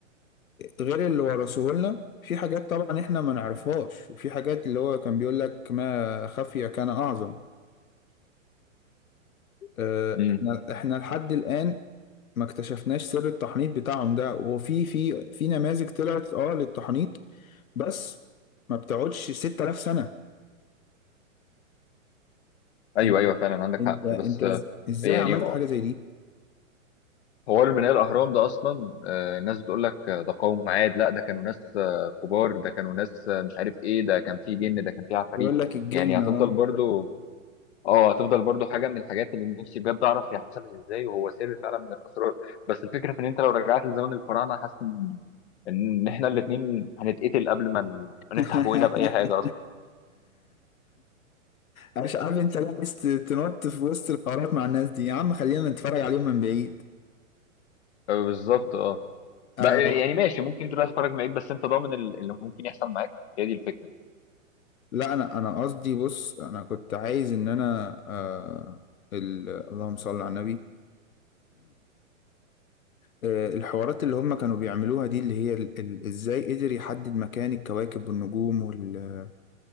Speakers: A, on the left; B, on the left.
A: غير اللي ورثوه لنا في حاجات طبعا احنا ما نعرفهاش وفي حاجات اللي هو كان بيقول لك ما خفي كان اعظم آه،
B: امم
A: احنا احنا لحد الآن ما اكتشفناش سر التحنيط بتاعهم ده وفي في في نماذج طلعت اه للتحنيط بس ما بتقعدش 6000 سنة
B: ايوه
A: انت
B: ايوه فعلا عندك
A: انت
B: حق
A: انت
B: بس آه،
A: إز- ازاي
B: يعني
A: عملت حاجة زي دي
B: هو اللي بناء الاهرام ده اصلا آه، الناس بتقول لك آه، ده قوم عاد لا ده كانوا ناس آه، كبار ده كانوا ناس آه، مش عارف ايه ده كان فيه جن ده كان فيه عفاريت
A: يقول لك الجن
B: يعني هتفضل
A: اه
B: برضو اه هتفضل برضو حاجه من الحاجات اللي نفسي بجد اعرف هي حصلت ازاي وهو سر فعلا من الاسرار بس الفكره في ان انت لو رجعت لزمن الفراعنه حاسس ان إن احنا الاثنين هنتقتل قبل ما ن- ما
A: <laughs>
B: نفتح بوقنا باي حاجه اصلا
A: مش عارف انت ليه عايز تنط في وسط الحوارات مع الناس دي يا عم خلينا نتفرج عليهم من بعيد
B: آه، بالظبط اه
A: آه
B: بقى يعني ماشي ممكن تروح تتفرج معاك بس انت ضامن ال- اللي ممكن يحصل معاك هي دي الفكره
A: لا انا انا قصدي بص انا كنت عايز ان انا آه ال- اللهم صل على النبي آه، الحوارات اللي هم كانوا بيعملوها دي اللي هي ال- ال- ازاي قدر يحدد مكان الكواكب والنجوم وال-